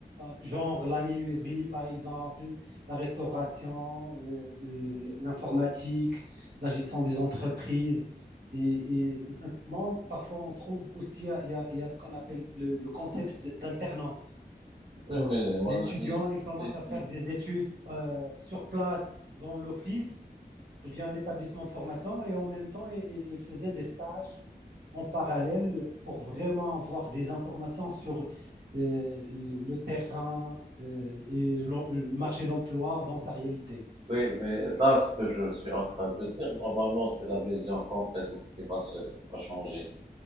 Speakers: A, on the right (about 75°); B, on the right (about 35°).
A: genre la menuiserie, par exemple, la restauration, euh, l'informatique, la gestion des entreprises. Et, et, et, sincèrement, parfois, on trouve aussi, il y a, il y a ce qu'on appelle le, le concept d'alternance.
B: Oui, mais mon
A: L'étudiant,
B: ami,
A: il commence
B: c'est
A: à faire
B: ici.
A: des études euh, sur place dans l'office via un établissement de formation et en même temps, il, il faisait des stages en parallèle pour vraiment avoir des informations sur euh, le terrain euh, et le, le marché d'emploi dans sa réalité.
B: Oui, mais là, ce que je suis en train de dire, normalement, c'est la vision complète qui va se, va changer.